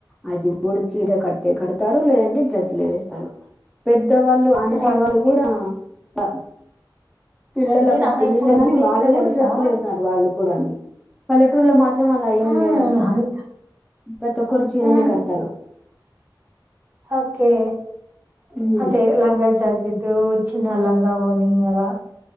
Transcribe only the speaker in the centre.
అది కూడాడ చీడ కట్టతే కడతారు లేదంట డ్రెస్లే వేస్తారు. పెద్ద వాళ్ళు అంటి
వాళ్ళు కూడా బ పిల్లలకు
ప పెళ్ళలు
కాని వాళ్ళు
కూడా డ్రస్లు వేస్తారు డ పలటరు మా మాత్రం అలా ఏం
లేదక్క
ప్రతి ఒక్కరు చీరనే
కడతారు.
ఉమ్